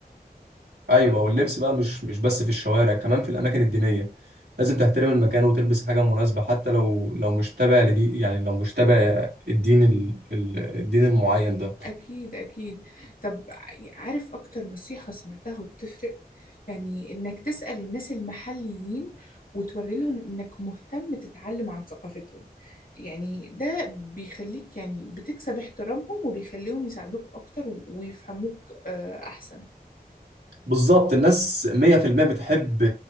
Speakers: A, on the right; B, on the left.
A: ايوه واللبس بقى مش مش بس في الشوارع كمان في الاماكن الدينيه لازم تحترم المكان وتلبس حاجه مناسبه حتى لو لو مش تابع لدي يعني لو مش تابع الدين ال... ال- الدين المعين ده
B: أكيد أكيد طب عارف أكتر نصيحة سمعتها وبتفرق يعني إنك تسأل الناس المحليين وتوري لهم إنك مهتم تتعلم عن ثقافتهم يعني ده بيخليك يعني بتكسب احترامهم وبيخليهم يساعدوك أكتر و- ويفهموك آه، أحسن
A: بالظبط الناس 100% بتحب